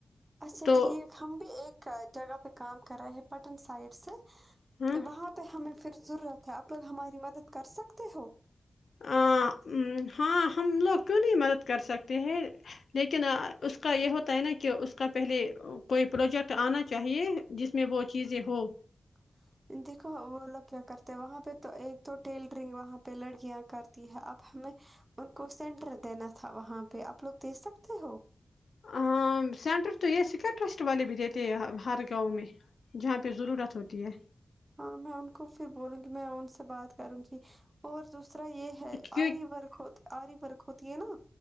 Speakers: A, on the right; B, on the left.
A: اچھا
B: تو
A: ٹھیک ہم بھی ایک جگہ پے کام کر رہے ہیں پٹن سائڈ سے
B: ہاں
A: وہاں پے ہمیں پھر ضرورت ہے آپ لوگ ہماری مدد کر سکتے ہو
B: آ ہاں ہم لوگ کیوں نہیں مدد کر سکتے ہیں لیکن اس کا یے ہوتا ہے نا کہ اس کا پہلے کوئی پروجیکٹ آنا چاہیے جس میں وہ چیزیں ہو
A: <inaudible> دیکھو وہ لوگ کیا کرتے ہیں وہاں پے تو ایک تو ٹیلرنگ وہاں پے لڑکیاں کرتی ہے اب ہمیں ان کو سینٹر دینا تھا وہاں پہ آپ لوگ دے سکتے ہو
B: ہاں سینٹر تو یہ سائکیٹرسٹ والے بھی دیتے ہیں یہاں گاوں میں جہاں پہ ضرورت ہوتی ہے
A: ہاں میں ان کو پھر بولوں گی میں ان سے بات کروں گی اور دوسرا یہ ہے
B: کی
A: آری ورک ہوت آری ورک ہوتی ہے نا